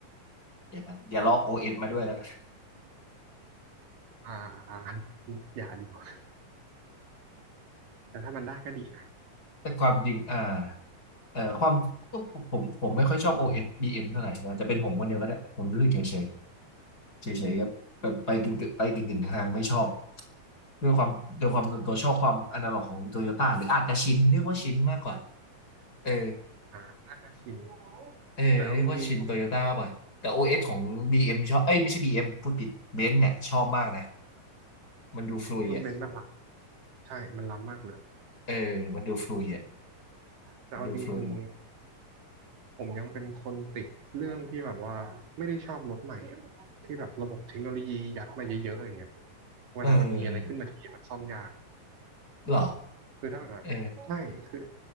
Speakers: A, on the left; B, on the right.
A: อย่างนั้นอย่าลอกโอเอสมาด้วยแล้วกัน
B: อ่าอย่าดีกว่าแต่ถ้ามันได้ก็ดีนะ
A: แต่ความจริงอ่าเอ่อความก็ผมผมผมไม่ค่อยชอบ OS BM เอสบีเอ็มเท่าไหร่อาจจะเป็นผมคนเดียวก็ได้ผมรู้สึกเฉยเฉยเฉยเฉยๆครับไปไปกึ่งๆไปกึ่งกึ่งทางๆไม่ชอบด้วยความด้วยความส่วนตัวชอบความอนาล็อกของโตโยต้าหรืออาจจะชินเรียกว่าชินมากกว่าเออ
B: อ่าน่าจะชิน
A: เออเรียกว่าชินโตโยต้ามากกว่าแต่
B: แต่เอาจริง
A: OS ของ BM ชอบเอ้ยไม่ใช่ BM พูดผิดเบนซ์เนี่ยชอบมากนะมันดูฟลุยอ่ะ
B: ๆรุ่นเบนซ์มันล้ำใช่มันล้ำมากเลย
A: เออมันดูฟลุยอ่ะ
B: แต่เอาจริง
A: มันดูฟลุย
B: ผมยังเป็นคนติดเรื่องที่แบบว่าไม่ได้ชอบรถใหม่อะที่แบบระบบเทคโนโลยียัดมาเยอะๆอย่างเงี้ยเวลามันมีอะไรขึ้นมาที่มันซ่อมยาก
A: เออหรอ
B: คือถ้าแบบใช่คือ
A: เออ